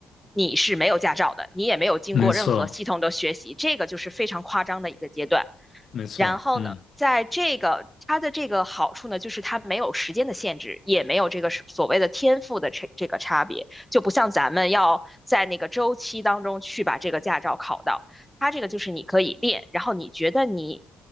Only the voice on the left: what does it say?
没错
没错，
嗯